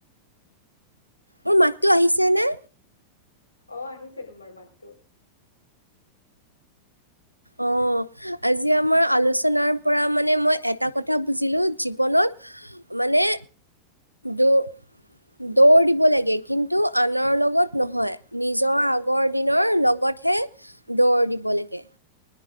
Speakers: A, on the right (about 90°); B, on the left (about 85°).
A: মোৰ মাতটো আহিছে নে?
B: অ' আহিছে তোমাৰ মাততো।
A: অ', আজি আমাৰ আলোচনাৰ পৰা মানে মই এটা কথা বুজিলো, জীৱনত, মানে দুহ। দৌৰ দিব লাগে, কিন্তু আনৰ লগত নহয়, নিজৰ আগৰ দিনৰ লগত হে, দৌৰ দিব লাগে।